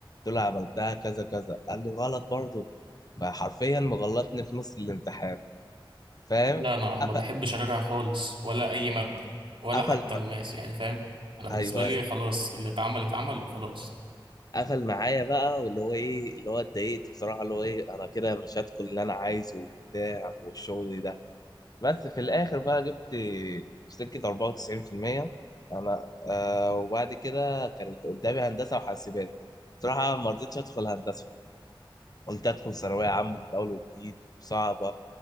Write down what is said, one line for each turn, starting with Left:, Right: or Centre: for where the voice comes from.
Left: قلت له عملتها كذا كذا قال لي غلط برضه فحرفيا مغلطني في نص الامتحان فاهم
Right: لا انا
Left: قف-
Right: ما بحبش اراجع خالص ولا اي ماده ولا
Left: قفل
Right: حتى
Left: م...
Right: الماس يعني فاهم انا بالنسبه
Left: ايوه
Right: لي خلاص اللي اتعمل اتعمل وخلاص
Left: قفل معايا بقى واللي هو ايه اللي هو اتضايقت بصراحه اللي هو ايه انا كده مش هدخل اللي انا عايزه وبتاع والشغل ده بس في الاخر بقى جبت في سكه 94% انا آه وبعد كده كانت قدامي هندسه وحاسبات بصراحه ما رضيتش ادخل هندسه قلت ادخل ثانويه عامه من اول وجديد وصعبه